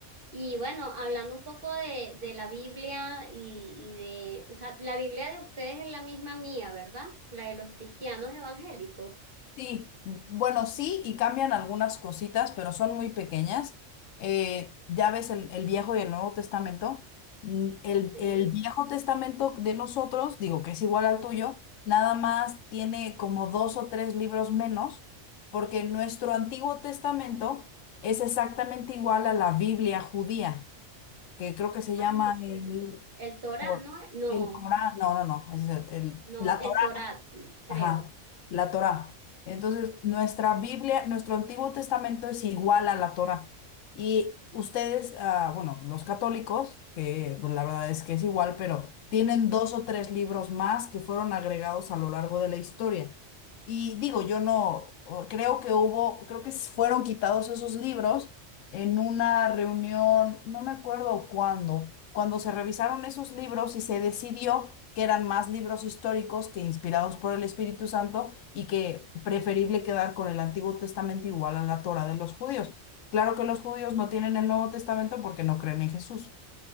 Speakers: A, on the right (about 45°); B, on the left (about 85°).
A: Y bueno, hablando un poco de, de la Biblia y, y de, o sea, la Biblia de ustedes es la misma mía, ¿verdad? La de los cristianos evangélicos.
B: Sí, bueno, sí, y cambian algunas cositas, pero son muy pequeñas. Eh, ya ves el, el Viejo y el Nuevo Testamento. Mm, El,
A: Sí.
B: el Viejo Testamento de nosotros, digo que es igual al tuyo, nada más tiene como dos o tres libros menos, porque nuestro Antiguo Testamento es exactamente igual a la Biblia judía, que creo que se
A: Ah,
B: llama
A: ok.
B: el,
A: El Torá,
B: Cor-
A: ¿no? No,
B: el Corán, no, no, no, es el, el-
A: no,
B: la
A: el Torá, creo,
B: Ajá, la Torá. Entonces, nuestra Biblia, nuestro Antiguo Testamento es igual a la Torá. Y ustedes, ah, bueno, los católicos, que pues, la verdad es que es igual, pero tienen dos o tres libros más que fueron agregados a lo largo de la historia. Y digo, yo no, o- creo que hubo, creo que s- fueron quitados esos libros en una reunión, no me acuerdo cuándo, cuando se revisaron esos libros y se decidió que eran más libros históricos que inspirados por el Espíritu Santo y que preferible quedar con el Antiguo Testamento igual a la Torá de los judíos. Claro que los judíos no tienen el Nuevo Testamento porque no creen en Jesús.